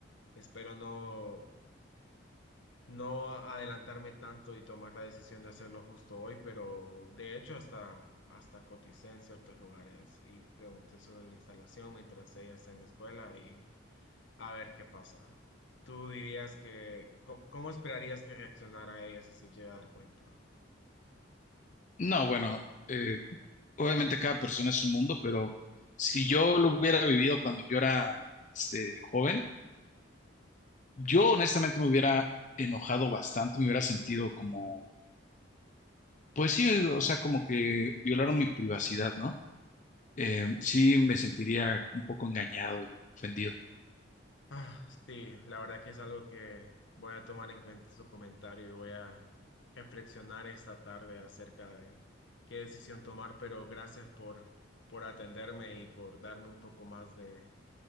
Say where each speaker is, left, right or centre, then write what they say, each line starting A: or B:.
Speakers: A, on the left (about 70°); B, on the left (about 40°).
A: espero no no adelantarme tanto y tomar la decisión de hacerlo justo hoy, pero de hecho hasta, hasta coticé en ciertos lugares y pregunté sobre la instalación mientras ella está en la escuela y a ver qué pasa. ¿Tú dirías que, co- cómo esperarías que reaccionara ella si se llega a dar cuenta?
B: No, bueno, eh, obviamente cada persona es un mundo, pero si yo lo hubiera vivido cuando yo era este, joven, yo honestamente me hubiera enojado bastante, me hubiera sentido como, pues sí, o sea, como que violaron mi privacidad, ¿no? Eh, sí, me sentiría un poco engañado y ofendido.
A: Ah, sí, la verdad que es algo que voy a tomar en cuenta su comentario y voy a reflexionar esta tarde acerca de qué decisión tomar, pero gracias por, por atenderme y por darme un poco más de,